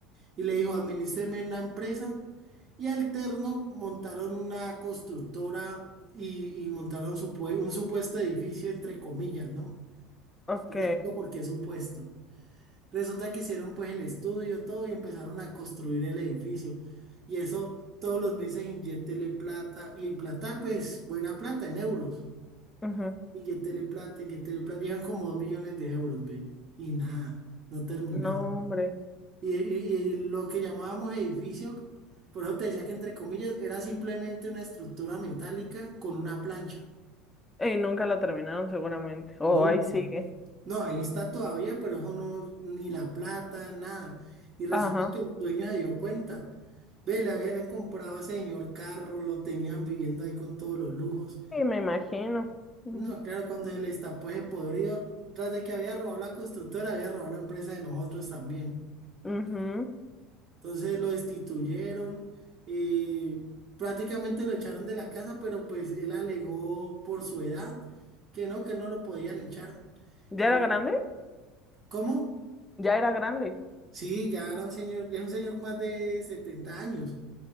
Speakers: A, on the right; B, on the left.
A: y le dijo, administreme una empresa, y alterno montaron una constructora y, y montaron supue- un supuesto edificio, entre comillas, ¿no?
B: Ok.
A: Yo te explico por qué supuesto. Resulta que hicieron pues el estudio, todo y empezaron a construir el edificio. Y eso todos los meses inyéctele plata y plata pues buena plata en euros.
B: ujú.
A: Inyéctele plata, inyéctele plata. Llevan como dos millones de euros, ve. Y nada, no terminaban.
B: No, hombre.
A: Y, y- y lo que llamábamos edificio, por eso te decía que entre comillas era simplemente una estructura metálica con una plancha.
B: Y nunca la terminaron seguramente. Oh,
A: Nunca.
B: ahí sigue.
A: No, ahí está todavía, pero eso no, ni la plata, nada. Y resulta
B: Ajá.
A: que el dueño se dio cuenta Ve, le habían comprado a ese señor carro, lo tenían viviendo ahí con todos los lujos.
B: Sí, me imagino. Ujú,
A: No, claro, cuando se le destapó ese podrido, tras de que había robado la constructora, había robado la empresa de nosotros también.
B: ujú.
A: Entonces lo destituyeron y prácticamente lo echaron de la casa, pero pues él alegó por su edad que no, que no lo podían echar.
B: ¿Ya
A: ¿Y
B: era grande?
A: cómo?
B: Ya era grande.
A: Sí, ya era un señor, ya es un señor más de 70 años.